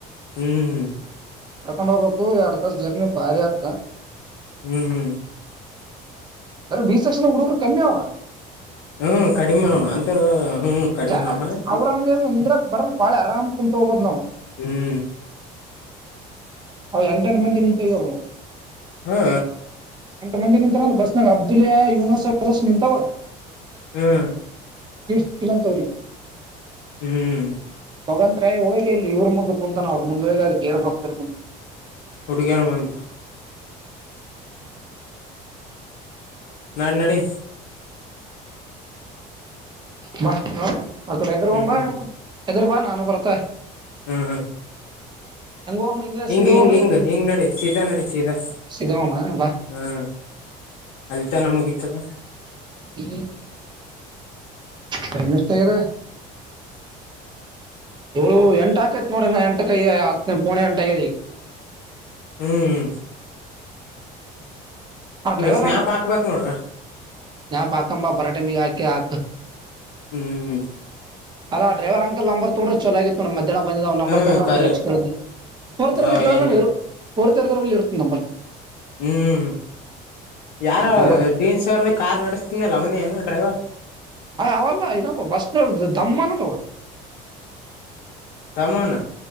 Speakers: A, on the left (about 80°); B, on the right (about 25°).
A: ಹ್ಮ್.
B: ಕರ್ಕೊಂಡ ಹೋಗ್ಬೇಕು ಎರಡ ತಾಸ ಜರ್ನಿ ಭಾರಿ ಆತದ.
A: ಹ್ಮ್.
B: ಅರೆ ಬಿ ಸೆಕ್ಷನಗ ಹುಡುಗರು ಕಮ್ಮಿ ಆವಾ.
A: ಹ್ಮ್ ಕಡಿಮೀ ಆವಾ. ಅಂದ್ರ ಹ್ಮ್ ಕಡಿಮೆ
B: ಜ
A: ಅವ
B: ಅವ್ರಂಗ ನಿಂದ್ರಾಗ ಬರಲ ಪಾಳೆ ಆರಾಮ್ ಕುಂತ್ ಹೋಗಬೋದ್ ನಾವವು.
A: ಹ್ಮ್.
B: ಹ್ <unintelligible> ಮಂದಿ ನಿಂತುಯ್ಯೋ
A: ಹಾ.
B: ಮಂದಿ ನಿಂತರಂದ ಬಸ್ನಾಗ ಅಬ್ದುಲ್ಯಾ ಯುನಸ್ ಎಲ್ಲೋಸು ನಿಂತವ.
A: ಹ್ಮ್.
B: ಸಿಟ್ ಸಿಕ್ಕಿಲ್ಲ ಅಂತ ಅವರ್ಗ್.
A: ಹ್ಮ್.
B: ಮುಗಂತ್ರ ಹೋಗಿ ಇಲ್ಲಿ ಇವ್ರರು ಮುಂದೆ ಕುಂತಾನ ಅವರು ಮುಂದೆ ಹೋಗಿ ಅದ ಗೇರ್ ಬಾಕ್ಸ್ ಕುಂತಾನ.
A: ಹುಡಿಗೇರ ಮುಂದ್. ನಡಿ, ನಡಿ
B: ಬಾ ಹ ಅಕಡೆ ಎದರು
A: ಹ್ಮ್
B: ಒ ಬಾ
A: ಹ್ಮ್
B: ಎದರ್ ಬಾ ನಾನು ಬರ್ತ.
A: ಹ್ಮ್.
B: ಹೆಂಗೋಮ ಹಿಂಗ
A: ಹಿಂಗ್
B: ಸಿದೋಮ
A: ಹಿಂಗ್ ಹಿಂಗ್ ಹಿಂಗ್ ನಡಿ ಸೀದಾ ನಡಿ ಸೀದಾ
B: ಸಿದೋಮ ಬಾ
A: ಹ್ಮ್. ಅಲ್ಲಿತ್ನ ಮುಗಿತದ.
B: ಹ್ ಟೈಮ್ ಎಷ್ಟಾಗದೆ? ಏಳು ಎಂಟ ಆಕೈತ್ ನೋಡು ಎಂಟಕೈ ಹತ್ ಪೋಣೆ ಎಂಟು ಆಗದೆ
A: ಹ್ಮ್ ಹ್ಮ
B: ಆ ಡ್ರೈವರ್
A: ಸ್ನ್ಯಾಪ್
B: ನಂಬರ್
A: ಹಾಕ್ಬೇಕ್ ನೋಡ್ಗ
B: ಸ್ನಾಪ್ ಹಾಕಂಬ ಬರಾ ಟೈಮಿಗೆ ಹಾಕಿ ಹಾಕ್
A: ಹ್ಮ್
B: ಅಲ್ಲ ಡ್ರೈವರ್ ಅಂಕಲ್ ನಂಬರ್ ತಗೊಂಡ್ರಿದ ಚಲಾಗಿತ್ತು ನೋಡ್ ಮದ್ ಬಂದಾ ನಂಬರ್
A: ಹ್ಮ್
B: ತೊಂಗಡಿದ್ರೆ
A: ಕರೆ
B: <unintelligible>
A: ಯಾವ ಎಲ್ಲಿ
B: ಕೂರ್ತಿರತರಲ್ಲಿ ಇರುತ್ತೆ ನಂಬರ್
A: ಹ್ಮ್
B: ನಂಬರ್
A: ಯಾರ ಡೀನ್ಸ್ ಸರ್ ಕಾರ್ ನಡೆಸ್ತನೆಲ್ಲ ಅವನೇ ಏನು ಡ್ರೈವರ್
B: ಹ್ ಅವಲ್ಲ ಇನೊಬ್ಬ ಬಸ್ ದಮಾನಲ್ಲವಾ
A: ತಮ್ಮನ